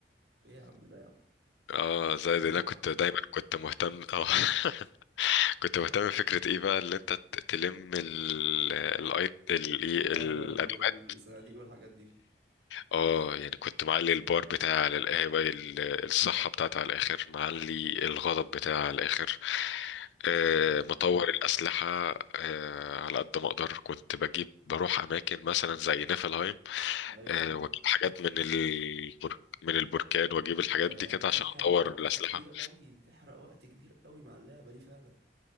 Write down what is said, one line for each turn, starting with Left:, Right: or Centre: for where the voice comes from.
Right: ايه يا عم ده يا
Left: اه زي ده انا
Right: عم
Left: كنت دايما كنت مهتم اه <laughs> كنت مهتم بفكرة ايه بقى اللي انت ت- تلم ال- الاي ال- إيه،
Right: ايوه
Left: الادوات
Right: ال- ال- الصناديق والحاجات دي
Left: اه يعني كنت معلي البار بتاعي على القهوة ال- الصحة بتاعتي على الآخر معلي الغضب بتاعي على الآخر آه،
Right: امم
Left: مطور الأسلحة آه، على قد ما أقدر كنت بجيب بروح أماكن مثلا زي نيفلهايم
Right: ايوه
Left: آه،
Right: ايوه
Left: وأجيب حاجات من البرك من البركان وأجيب الحاجات
Right: انت
Left: دي كده
Right: بتحرق
Left: عشان أطور
Right: وقت
Left: الأسلحة
Right: كبير قوي بتحرق وقت كبير قوي مع اللعبه دي فعلا